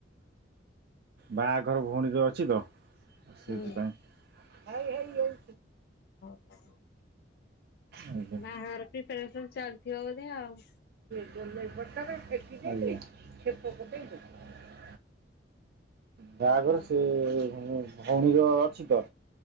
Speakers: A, on the right (about 60°); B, on the left (about 60°).
A: ବାହାଘର ଭଉଣୀର ଅଛି ତ ଆଉ ସେଇଥିପାଇଁ।
B: ହୁଁ। ହୋ
A: ଆଜ୍ଞା
B: ବାହାଘର ପ୍ରିପାରେସନ ଚାଲିଥିବ ବୋଧେ ଆଉ।
A: ହାଲୋ। <unintelligible> ବାହାଘର
B: ଆଉ
A: ସେଇ
B: କଣ
A: ମାନେ ଭୋଉଣୀର ଅଛି ତ।